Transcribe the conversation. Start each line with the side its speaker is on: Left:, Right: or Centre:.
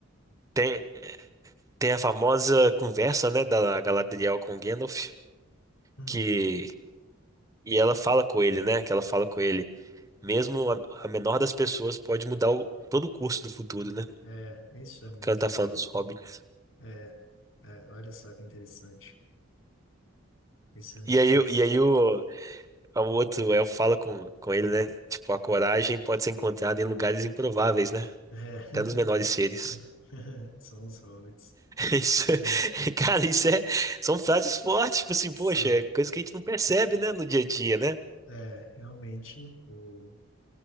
Right: Tem, tem a famosa conversa, né, da Galadriel com Gandalf,
Left: Hum,
Right: que e ela fala com ele, né? Que ela fala com ele. Mesmo a, a menor das pessoas pode mudar o- todo o curso do futuro, né?
Left: é, isso é muito
Right: Quando tá
Left: legal.
Right: falando dos hobbits.
Left: É, é, olha só que interessante. Isso é muito
Right: E aí,
Left: interessante.
Right: o- e aí o, o outro elfo fala com, com ele, né? Tipo, a coragem pode ser encontrada em lugares improváveis, né?
Left: É.
Right: Até
Left: <laughs>
Right: nos menores seres.
Left: <laughs> São os hobbits.
Right: Isso, <laughs>
Left: É,
Right: cara, isso é, são frases fortes, tipo assim,
Left: são.
Right: poxa, é coisa que a gente não percebe, né, no dia a dia, né?
Left: É, realmente, o,